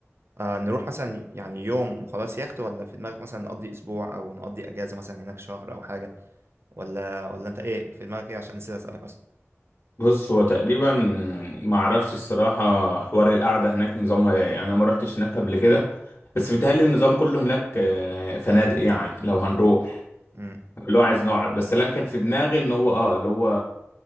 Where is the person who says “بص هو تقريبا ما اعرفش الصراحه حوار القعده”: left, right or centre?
Left